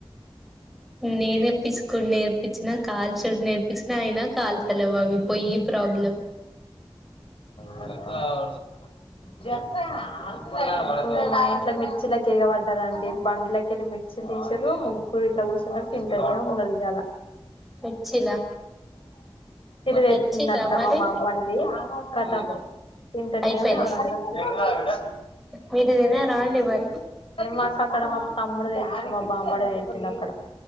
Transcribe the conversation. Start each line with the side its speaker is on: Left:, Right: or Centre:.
Centre: నేనే పిస్కుడ్ నేర్ పిచ్చిన్న కాల్చుడ్ నేర్పిచ్న అయినా కాల్తలెవ్ అవి పోయ్యి ప్రాబ్లం
Left: త <unintelligible> ఊ మా ఇంట్ల మిర్చిలకెగపడ్డరండి బండిలకెళ్లి మిర్చిల్ తీ చురుం కూరిట్ల కూసున్నడు తింటనే ఉన్నడు ఇయాల
Centre: తెచ్చిలా
Left: తెచ్చిండంట
Centre: తెచ్చిలా మరి
Left: మా బామర్ ర్ధి కతము తింటనే
Centre: అయిపోయినాయి
Left: ఉన్నరందరు
Centre: మీరు తిన్నారా అండి మరి
Left: మాక్ అక్కడ మా తమ్ముడే తెచ్చి మా బామ్మర్ది తిన్నక్కడ